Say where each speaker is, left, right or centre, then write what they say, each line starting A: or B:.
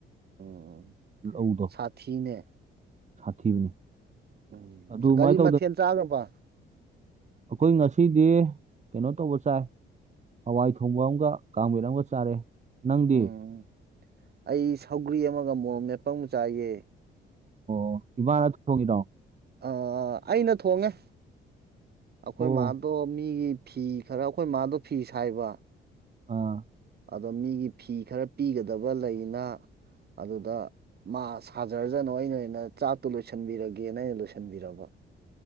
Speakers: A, on the right (about 55°); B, on the right (about 35°).
A: ꯎꯝ
B: ꯂꯧꯗꯣ
A: ꯁꯥꯊꯤꯅꯦ
B: ꯁꯥꯊꯤꯕꯅꯤ
A: ꯎꯝ
B: ꯑꯗꯨꯃꯥꯏꯅ
A: ꯀꯔꯤ
B: ꯇꯧꯗꯅ
A: ꯃꯊꯦꯜ ꯆꯥꯈ꯭ꯔꯕ
B: ꯑꯩꯈꯣꯏ ꯉꯁꯤꯗꯤ ꯀꯩꯅꯣ ꯇꯧꯕ ꯆꯥꯏ ꯍꯋꯥꯏ ꯊꯣꯡꯕ ꯑꯃꯒ ꯀꯥꯡꯃꯦꯠ ꯑꯃꯒ ꯆꯥꯔꯦ ꯅꯪꯗꯤ
A: ꯎꯝ ꯑꯩ ꯁꯧꯒ꯭ꯔꯤ ꯑꯃꯒ ꯃꯣꯔꯣꯝ ꯃꯦꯞꯄ ꯑꯃꯒꯥ ꯆꯥꯏꯌꯦ
B: ꯑꯣ ꯏꯃꯅꯥ ꯊꯣꯡꯉꯤꯔꯣ
A: ꯑ ꯑꯩꯅ ꯊꯣꯡꯉꯦ ꯑꯩꯈꯣꯏ
B: ꯑꯣ
A: ꯃꯥꯥꯗꯣ ꯃꯤꯒꯤ ꯐꯤ ꯈꯔ ꯑꯩꯈꯣꯏ ꯃꯥꯗꯣ ꯐꯤ ꯁꯥꯏꯕ
B: ꯑꯥ
A: ꯑꯗꯣ ꯃꯤꯒꯤ ꯐꯤ ꯈꯔ ꯄꯤꯒꯗꯕ ꯂꯩꯅ ꯑꯗꯨꯗ ꯃꯥ ꯁꯥꯖꯔꯖꯥꯅꯨ ꯑꯩꯅ ꯑꯣꯏꯅꯥ ꯆꯥꯛꯇꯨ ꯂꯣꯏꯁꯤꯟꯕꯤꯔꯒꯦꯅ ꯑꯩꯅ ꯂꯣꯏꯁꯤꯟꯕꯤꯔꯕ